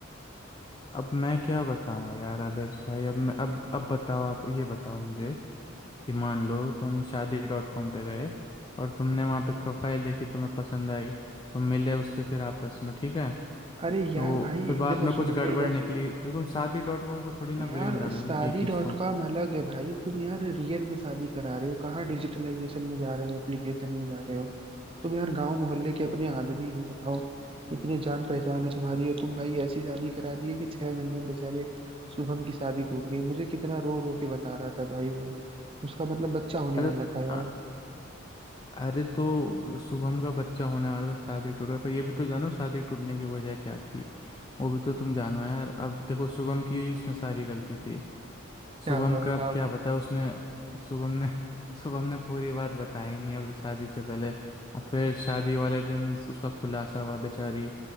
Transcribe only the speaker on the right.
अरे यार
भाई
देखो
सुनो
मेरी बात
सुनो
यार
शादी
डॉट कॉम अलग है भाई तुम यार रियल में शादी करा रहे हो कहाँ डिजिटलाइजेशन में जा रहे हो एप्लीकेशन में जा रहे हो तुम यार गांव मोहल्ले के अपने आदमी हो बताओ इतने जान पहचान है तुम्हारी और तुम भाई ऐसी शादी करा दी है कि छह महीने में बेचारे शुभम की शादी टूट गई मुझे कितना रो रो के बता रहा था भाई वो उसका मतलब बच्चा होने
वाला था यार
क्या
हुआ बताओ